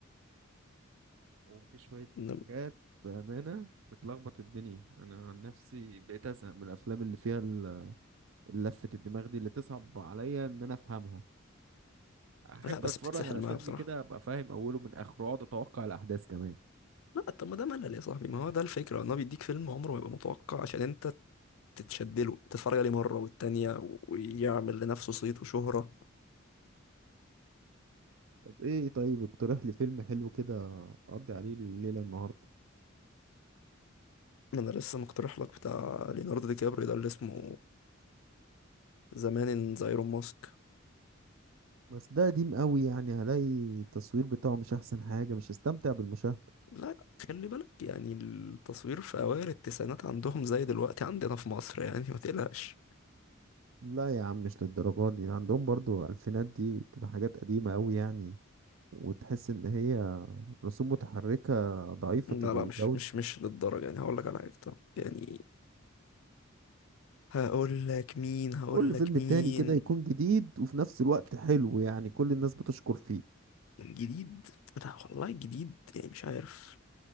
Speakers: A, on the right (about 70°); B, on the left (about 80°).
A: وفي شوية
B: إنما-
A: حاجات بأمانة بتلخبط الدنيا انا عن نفسي بقيت ازهق من الافلام اللي فيها ال- لفة الدماغ دي اللي تصعب عليا ان انا افهمها احب
B: لا بس
A: اتفرج
B: بتتسحل
A: على فيلم
B: معايا بصراحة
A: كده ابقى فاهم اوله من اخره اقعد اتوقع الاحداث كمان
B: لا طب ما ده ملل يا صاحبي ما هو ده الفكرة ان هو بيديك فيلم عمره ما يبقى متوقع عشان انت تتشدله تتفرج عليه مرة والتانية و- ويعمل لنفسه صيت وشهرة
A: طب ايه طيب اقترح لي فيلم حلو كده اقضي عليه الليلة النهاردة
B: انا لسه مقترح لك بتاع ليوناردو دي كابريو ده اللي اسمه زمان ان ذا ايرون ماسك
A: بس ده قديم قوي يعني هلاقي التصوير بتاعه مش احسن حاجة مش هستمتع بالمشاهدة
B: لا لا، خلي بالك يعني التصوير في أوائل التسعينات عندهم زي دلوقتي عندنا في مصر يعني ما تقلقش
A: لا يا عم مش للدرجة دي عندهم برضو الفينات دي بتبقى حاجات قديمة قوي يعني وتحس ان هي رسوم متحركة ضعيفة
B: لا
A: الجودة
B: لا مش مش مش للدرجة يعني هقول لك على حاجة طب يعني هقول لك مين هقول
A: قول لي
B: لك
A: فيلم
B: مين
A: تاني كده يكون جديد وفي نفس الوقت حلو يعني كل الناس بتشكر فيه
B: جديد لا والله جديد يعني مش عارف